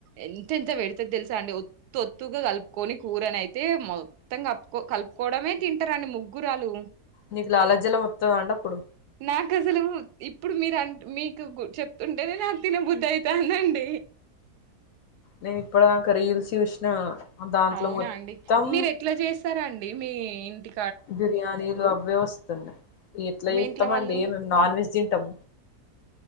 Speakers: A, on the right (about 80°); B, on the left (about 70°).
A: ఎంత ఎంత పెడతది తెలుసా అండి ఒత్తు ఒత్తుగా కలుపుకొని కూరన అయితే మొత్తం కకో కలుపుకోవడమే తింటారండి ముగ్గురాలు
B: నీకు లాల జలం వతద అండి అప్పుడు
A: నాకు అసలు ఇప్పుడు మీరు అ మీకు చెప్తుంటేనే తిన బుద్ధ అవుతందండి
B: నేను ఇప్పుడు దాకా రీల్స్ చూసిన దాంట్లో
A: అవునాండి
B: మొత్తం
A: మీరు ఎట్లా చేస్తారాండి దేమి ఇంటి
B: బిర్యానీలో అవే వాస్ స్తున్నాయి ఎట్లా
A: మీ
B: ఏస్తామండి
A: ఇంట్లో వాళ్ళు
B: మేం నాన్ వెెజ్ తిం టం